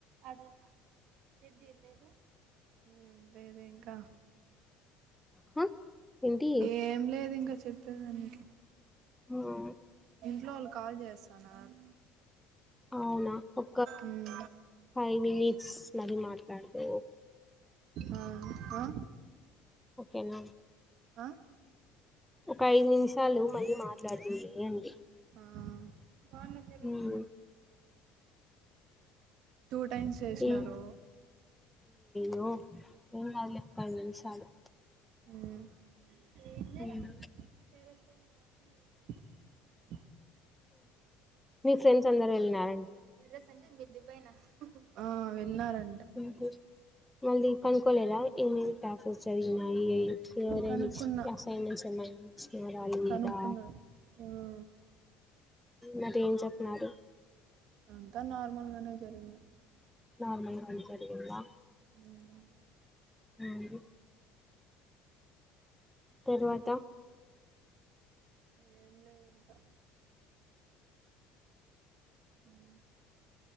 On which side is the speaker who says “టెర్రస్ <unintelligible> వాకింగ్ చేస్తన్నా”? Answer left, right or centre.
Right